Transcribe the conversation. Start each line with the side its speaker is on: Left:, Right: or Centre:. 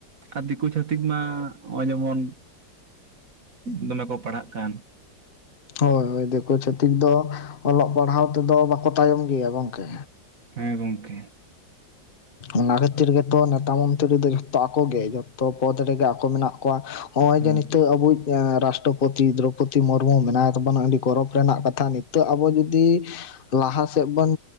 Right: ᱟᱨ ᱫᱤᱠᱩ ᱪᱷᱟᱹᱛᱤᱠ ᱢᱟ ᱱᱚᱜᱼᱚᱭ ᱡᱮᱢᱚᱱ ᱫᱚᱢᱮ ᱠᱚ ᱯᱟᱲᱦᱟᱜ ᱠᱟᱱ
Left: ᱦᱳᱭ ᱦᱳᱭ ᱫᱤᱠᱩ ᱪᱷᱟᱛᱤᱠ ᱫᱚ ᱚᱞᱚᱜ ᱯᱟᱲᱦᱟᱣ ᱛᱮᱫᱚ ᱵᱟᱠᱚ ᱛᱟᱭᱚᱢ ᱜᱮᱭᱟ ᱜᱚᱝᱠᱮ
Right: ᱦᱮᱸ ᱜᱚᱢᱠᱮ
Left: ᱚᱱᱟ ᱠᱷᱟᱹᱛᱤᱨ ᱜᱮᱛᱚ ᱱᱮᱛᱟ ᱢᱚᱱᱛᱨᱤ ᱨᱮᱫᱚ ᱡᱷᱚᱛᱚ ᱟᱠᱚᱜᱮ ᱡᱷᱚᱛᱚ ᱯᱚᱫ ᱨᱮᱜᱮ ᱟᱠᱚ ᱢᱮᱱᱟᱜ ᱱᱚᱜᱼᱚᱭ
Right: ᱦᱮᱸ
Left: ᱡᱮ ᱱᱤᱛᱚᱜ ᱟᱵᱚᱭᱤᱡ ᱮᱸᱻ ᱨᱟᱥᱴᱨᱚᱯᱚᱛᱤ ᱫᱽᱨᱳᱯᱚᱛᱤ ᱢᱩᱨᱢᱩ ᱢᱮᱱᱟᱭ ᱛᱟᱵᱚᱱᱟ ᱟᱹᱰᱤ ᱜᱚᱨᱚᱵᱽ ᱨᱮᱱᱟᱜ ᱠᱟᱛᱷᱟ ᱱᱤᱛᱚᱜ ᱟᱵᱚ ᱡᱩᱫᱤᱼᱼ ᱞᱟᱦᱟ ᱥᱮᱜ ᱵᱚᱱ